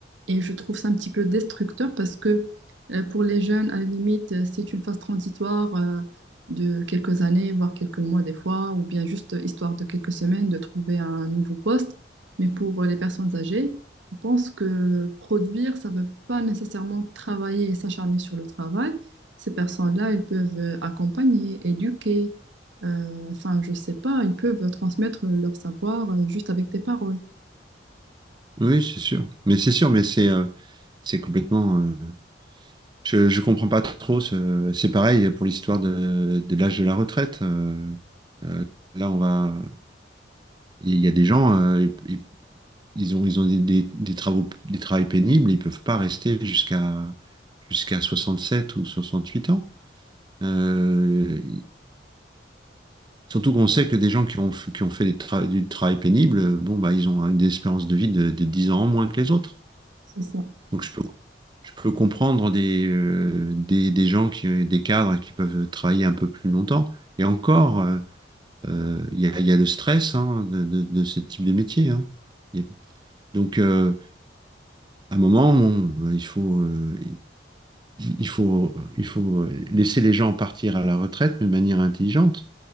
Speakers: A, on the right (about 80°); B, on the right (about 25°).
A: Et je trouve ça un petit peu destructeur parce que euh, pour les jeunes, à la limite, euh, c'est une phase transitoire euh, de quelques années, voire quelques mois des fois, ou bien juste euh, histoire de quelques semaines de trouver un nouveau poste. Mais pour euh, les personnes âgées, je pense que produire, ça ne veut pas nécessairement travailler et s'acharner sur le travail. Ces personnes-là, elles peuvent euh, accompagner, éduquer, euh, enfin, je sais pas, ils peuvent transmettre leur savoir euh, juste avec des paroles.
B: Oui, c'est sûr. Mais c'est sûr, mais c'est euh, c'est complètement. euh, je je comprends pas trop. ce- C'est pareil pour l'histoire de, de l'âge de la retraite. Euh, là, on va. Il y a des gens, euh, ils, ils- ils ont, ils ont des, des, des travaux, des travails pénibles. Ils peuvent pas rester jusqu'à jusqu'à soixante sept ou 68 ans. Euh, Surtout qu'on sait que des gens qui ont, f- qui ont fait des tra- du travail pénible, euh, bon, bah, ils ont hein, des espérances de vie de, de 10 ans en moins que les autres.
A: C'est ça.
B: Donc je peux, je peux comprendre des, euh, des, des gens, qui, des cadres qui peuvent travailler un peu plus longtemps. Et encore, euh, euh, il y a, il y a le stress hein, de, de, de ce type de métier. hein. Il y a- donc euh, à un moment, on- il faut, euh, il faut, il faut laisser les gens partir à la retraite mais de manière intelligente